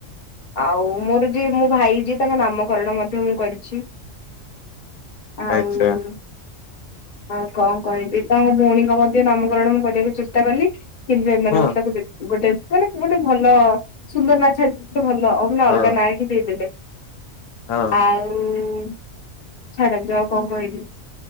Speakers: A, on the left; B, on the left.
A: ଆଉ ମୋର ଯିଏ ମୋ ଭାଇ ଯିଏ ତାଙ୍କ ନାମକରଣ ମଧ୍ୟ ମୁଁ କରିଚି। ଆଉ
B: ଆଚ୍ଛା
A: ଆଉ କଣ କହିବି ତାଙ୍କ ଭଉଣୀଙ୍କ ମଧ୍ୟ ନାମକରଣ ମୁଁ କରିବାକୁ ଚେଷ୍ଟା କଲି କି ମାନେ
B: ହଁ
A: ଗୋଟେ ତାାକୁ ଗୋଟେ ମାନେ ଗୋଟେ ଭଲ ସୁନ୍ଦର ନା ଛା ଗୋଟେ ଭଲ ଅଲଗା
B: ହଁ
A: ନାଁହିଁ ଦେଇଦେଲେ
B: ହଁ
A: ଆଉ ଉଁ ଛାଡ଼ନ୍ତୁ ଆଉ କଣ କହିବି।